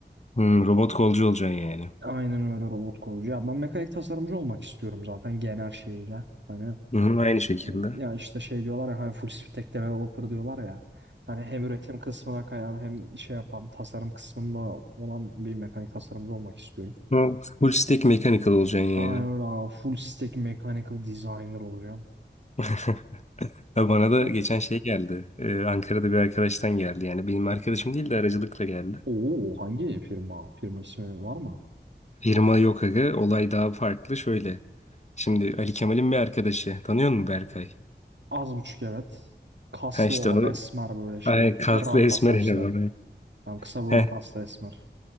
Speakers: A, on the left (about 40°); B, on the right (about 75°).
A: Hmm, robot kolcu olacaksın yani.
B: Aynen öyle robot kolcu. Ya ben mekanik tasarımcı olmak istiyorum zaten genel şeyle. Hani
A: Hı hı, aynı şekilde.
B: e, ya işte şey diyorlar ya hani full stack developer diyorlar ya. Hani hem üretim kısmına kayan hem şey yapan tasarım kısmında olan bir mekanik tasarımcı olmak istiyorum.
A: Ama Full stack mechanical olacaksın yani.
B: Aynen öyle abi. Full stack mechanical designer olacağım.
A: <laughs> Ha, Bana da
B: Ne?
A: geçen şey geldi. Ee, Ankara'da bir arkadaştan geldi. Yani benim arkadaşım değil de aracılıkla geldi.
B: Oo hangi firma? Firma ismi var mı?
A: Firma yok aga. Olay daha farklı. Şöyle. Şimdi Ali Kemal'in bir arkadaşı. Tanıyor musun Berkay?
B: Az buçuk evet. Kaslı
A: Ha işte
B: olan
A: o
B: esmer böyle şey.
A: ay, kaslı
B: Rampa
A: esmer
B: saçlı.
A: eleman.
B: Tam kısa boylu
A: Heh,
B: kaslı esmer.